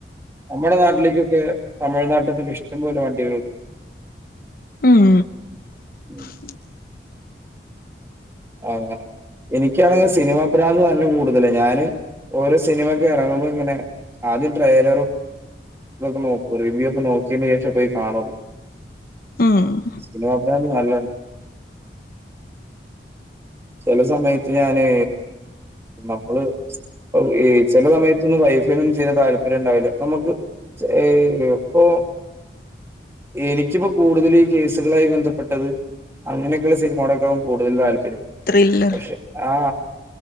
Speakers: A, on the right; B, on the left.
A: നമ്മുടെ നാട്ടിലേക്കൊക്കെ തമിഴ്നാട്ടിൽ നിന്നൊക്കെ ഇഷ്ടം പോലെ വണ്ടികളുണ്ട്.
B: ഊം
A: മ്മ്.
B: ഉം
A: ആഹ് അങ്ങനെ എനിക്കാണെങ്കിൽ സിനിമാ പ്രാന്ത് നല്ല കൂടുതലാ ഞാന് ഓരോ സിനിമൊക്കെ ഇറങ്ങുമ്പോൾ തന്നെ ആദ്യം ട്രയലറും ഇതൊക്കെ നോക്കും റിവ്യയൊക്കെ നോക്കിയതിനു ശേഷേ പോയി കാണുള്ളൂ
B: ആഹ് ആഹ്
A: സിനിമാ പ്രാന്ത് നല്ലൺണ്ട് ചെല സമയത്ത് ഞാന് നമ്മള് സ് ഒ ഈ ചെല സമയത്ത് ഒന്നും വൈഫ് ഫിന്നും ചെയ്യാൻ താല്പര്യം ഉണ്ടാവില്ല നമുക്ക് ചെ എപ്പൊ എനിക്കിപ്പോ കൂടുതലു ഈ കേസുകളായി ബന്ധപ്പെട്ടത് അങ്ങനെയൊക്കെയുള്ള സിനിമയോടൊക്കെ കൂ ടുതൽ താല്പര്യം
B: ത്രില്ലർ
A: പക്ഷെ ആ